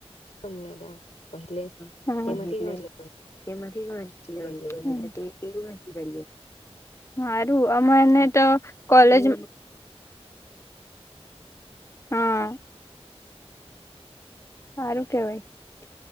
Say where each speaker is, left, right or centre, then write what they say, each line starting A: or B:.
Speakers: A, on the left; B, on the left.
A: તમને તો પહેલે
B: <inaudible>
A: તેમાંથી જ વાંચી કાઢીએ
B: માારું અમને તો કોલેજ હ સારું કેવાય